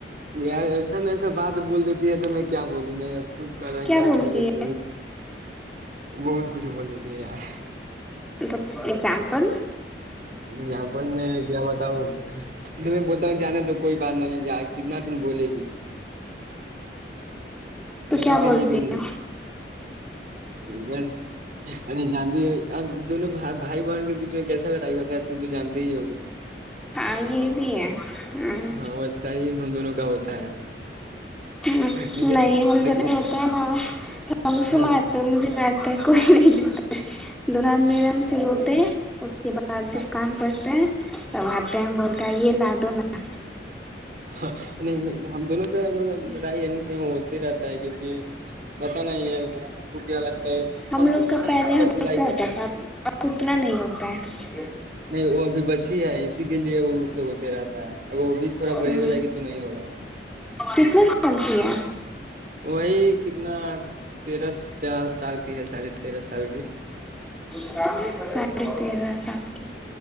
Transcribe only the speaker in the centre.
کیا
بولتی
ا اگزامپل
تو
کیا
بولتی
ہیں
ہاں یہ بھی ہے ہ
ہ
نہیں ہم
تو نہیں ہوتا ناے
مارتے مجھے مار تو کوئی نہیں چ دلہ ہات میر ہم سے روتے اس کے بعد پھر
کام کرتے ہیں تب آتے ہیں ہم بولتے یہ ل تونا
لوگ
کا
پہلے
ہمیشہ
ہوتا
تھا اب اتنا نہیں ہوتا ہے
ہمم
کتنے سال کی ہے
ساھے تیرہ سات کے